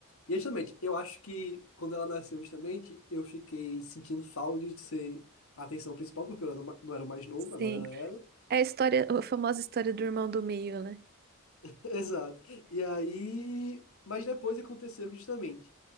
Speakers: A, on the left (about 65°); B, on the right (about 45°).
A: E justamente, eu acho que quando ela nasceu, justamente, eu fiquei sentindo falta de ser a atenção principal, porque eu era ma- não era o mais novo,
B: sim.
A: agora era ela.
B: É a história, a famosa história do irmão do meio, né?
A: <laughs> Exato. E aí. Mas depois aconteceu que justamente.